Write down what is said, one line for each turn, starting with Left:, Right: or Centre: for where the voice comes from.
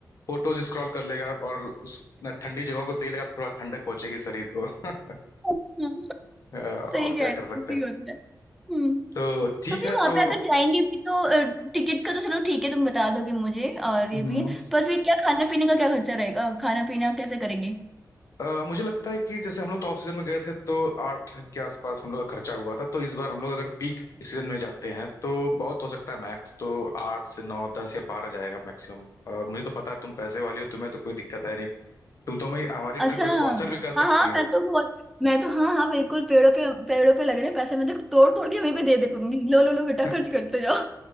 Left: फोटोज स्क्रॉल कर लेगा और उस न, ठंडी जगहों को देख लेगा तो थोड़ा ठंडक पहुंचेगी शरीर को <laughs>
Centre: हाँ,
Left: अ,
Centre: सही
Left: और
Centre: कह
Left: क्या
Centre: रहे हो
Left: कर सकते
Centre: सही
Left: हैं
Centre: होता है हम्म
Left: तो ठीक
Centre: तो फिर
Left: है
Centre: वहां
Left: तो
Centre: पे अगर जाएंगे भी तो टिकट का तो चलो ठीक है तुम बता दोगे मुझे और
Left: हम्म,
Centre: ये भी पर फिर क्या खाना पीने का क्या खर्चा रहेगा खाना पीना कैसे करेंगे
Left: अ, मुझे लगता है कि जैसे हम लोग तो ऑफ सीजन में गए थे तो आठ के आसपास हम लोग का खर्चा हुआ था तो इस बार हम लोग अगर पीक सीजन में जाते हैं तो बहुत हो सकता है मैक्स तो आठ से नौ दस या बारह जाएगा मैक्सिमम और मुझे तो पता है तुम पैसे वाली हो तुम्हें तो कोई दिक्कत है नहीं तुम तो हमें हमारी
Centre: अच्छा
Left: ट्रिप को
Centre: हाँ
Left: स्पॉन्सर भी कर
Centre: हाँ
Left: सकती हो
Centre: मैं तो बहुत मैं तो हाँ हाँ बिल्कुल पेड़ों पे पेड़ों पे लग रहे पैसे मैं तो तोड़ तोड़ के वहीं पे दे दे करूंगी लो लो लो बेटा
Left: <laughs>
Centre: खर्च करते जाओ